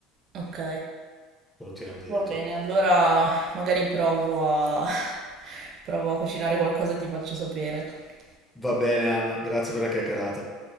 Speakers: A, on the right; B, in the centre.
A: Ok,
B: te lo tirano dietro.
A: va bene, allora magari provo a, <laughs> provo a cucinare qualcosa e ti faccio sapere.
B: Va bene, Anna, grazie per la chiacchierata.